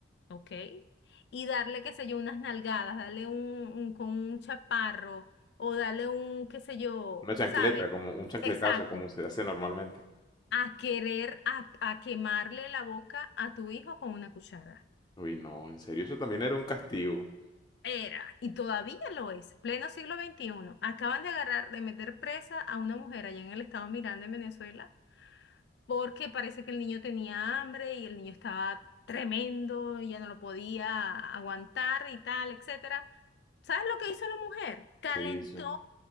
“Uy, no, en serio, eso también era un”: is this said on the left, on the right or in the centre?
Left